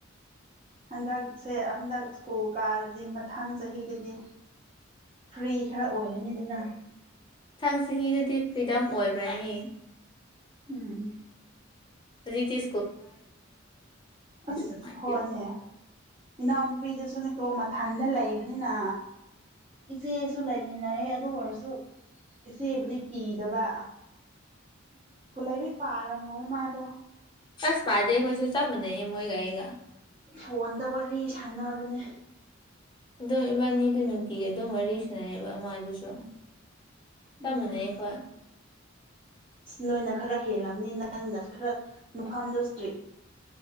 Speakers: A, on the right (about 30°); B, on the left (about 25°).
A: ꯍꯟꯗꯛꯁꯦ ꯍꯟꯗꯛ ꯁ꯭ꯀꯨꯜ ꯀꯥꯔꯗꯤ ꯃꯊꯪ ꯆꯍꯤꯗꯗꯤ ꯐ꯭ꯔꯤ ꯈꯔ ꯑꯣꯏꯔꯅꯤꯗꯅ
B: ꯊꯪ ꯆꯍꯤꯗꯗꯤ ꯐ꯭ꯔꯤꯗꯝ ꯑꯣꯏꯈ꯭ꯔꯅꯤ
A: ꯎꯝ
B: ꯍꯨꯖꯤꯛꯇꯤ
A: ꯑꯁ
B: ꯅꯨꯡꯉꯥꯏꯇꯦꯕ
A: ꯍꯣꯏꯅꯦ ꯏꯅꯥꯎꯅꯨꯄꯤꯗꯁꯨ ꯗꯣ ꯃꯊꯟꯗ ꯂꯩꯕꯅꯤꯅ ꯏꯆꯦꯁꯨ ꯂꯩꯃꯤꯟꯅꯌꯦ ꯑꯗꯨ ꯑꯣꯏꯔꯁꯨ ꯏꯆꯦꯕꯨꯗꯤ ꯀꯤꯗꯕ ꯂꯥꯏꯔꯤꯛ ꯄꯥꯔꯝꯃꯣꯏ ꯃꯥꯗꯣ
B: ꯑꯁ ꯄꯗꯦ ꯑꯩꯈꯣꯏꯁꯨ ꯆꯞ ꯃꯟꯅꯩꯌꯦ ꯃꯣꯏꯒ ꯑꯩꯒ
A: ꯐꯣꯟꯗ ꯋꯥꯔꯤ ꯁꯥꯟꯅꯕꯅꯦ
B: ꯗꯣ ꯏꯕꯥꯟꯅꯤꯗꯣ ꯅꯨꯡꯇꯤꯒꯤ ꯑꯗꯨꯝ ꯋꯥꯔꯤ ꯁꯅꯩ ꯕꯥ ꯃꯥꯗꯨꯁꯨ ꯆꯞ
A: ꯎꯝ
B: ꯃꯥꯅꯩ ꯑꯈꯣꯏ
A: ꯅꯣꯏꯅ ꯈꯔ ꯍꯦꯜꯂꯝꯅꯤ ꯅꯪꯅ ꯈꯔ ꯃꯐꯝꯗꯣ ꯏꯁꯇ꯭ꯔꯤꯛ